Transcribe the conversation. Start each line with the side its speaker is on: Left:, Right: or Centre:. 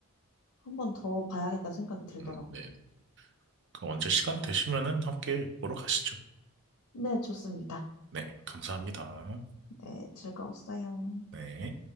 Left: 한 번 더 봐야겠다는 생각이 들더라고요.
Right: 음, 네. 그 언제 시간 되시면은 함께 보러 가시죠.
Left: 네, 좋습니다.
Right: 네. 감사합니다.
Left: 네, 즐거웠어요.
Right: 네.